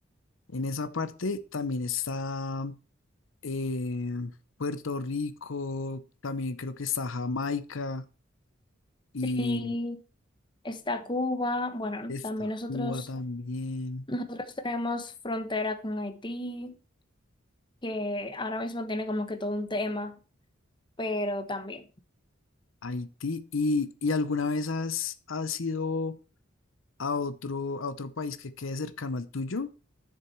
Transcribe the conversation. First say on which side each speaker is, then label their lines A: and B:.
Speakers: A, on the left; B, on the left.
A: En esa parte también está eh, Puerto Rico, también creo que está Jamaica y
B: sí, está Cuba, bueno,
A: está
B: también nosotros...
A: Cuba también,
B: Nosotros tenemos frontera con Haití, que ahora mismo tiene como que todo un tema, pero también.
A: Haití. ¿Y, y alguna vez has, has ido a otro, a otro país que quede cercano al tuyo?